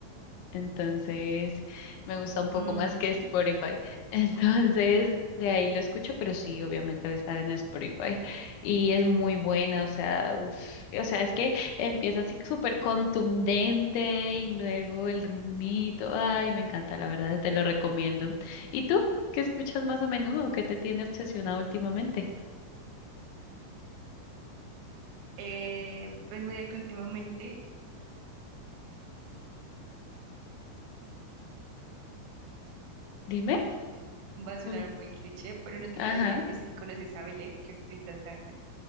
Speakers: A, on the left (about 75°); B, on the right (about 85°).
A: Entonces, me gusta un poco
B: mm,
A: más que
B: sí.
A: Spotify. <laughs> Entonces, de ahí lo escucho, pero sí, obviamente va a estar en Spotify. Y es muy buena, o sea, uf, o sea, es que empieza así súper contundente y luego el ritmito. Ay, me encanta, la verdad, te lo recomiendo. ¿Y tú? ¿Qué escuchas más a menudo? ¿Qué te tiene obsesionado últimamente?
B: Eh, pues mira que últimamente
A: Dime.
B: va a sonar
A: Ul-
B: muy cliché, pero no te
A: Ajá.
B: parece, no sé si conoces a Belé, que ahorita está...